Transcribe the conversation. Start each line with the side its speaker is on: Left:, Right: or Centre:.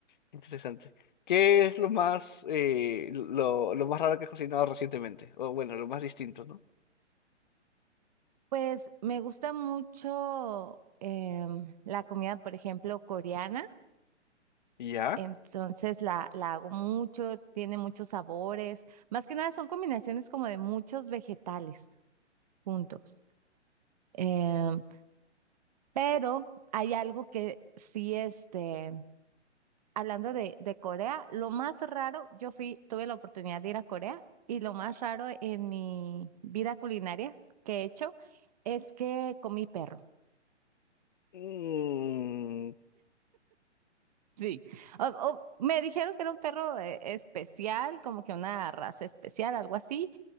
Left: qué interesante. ¿Qué es lo más, eh, lo, lo más raro que has cocinado recientemente? O bueno, lo más distinto, ¿no?
Right: Pues me gusta mucho em, la comida, por ejemplo, coreana.
Left: ¿Ya?
Right: Entonces la, la hago mucho, tiene muchos sabores. Más que nada son combinaciones como de muchos vegetales juntos. Em, pero hay algo que sí, este, hablando de, de Corea, lo más raro, yo fui, tuve la oportunidad de ir a Corea y lo más raro en mi vida culinaria que he hecho es que comí perro.
Left: Mm,
Right: Sí, O- o me dijeron que era un perro eh, especial, como que una raza especial, algo así.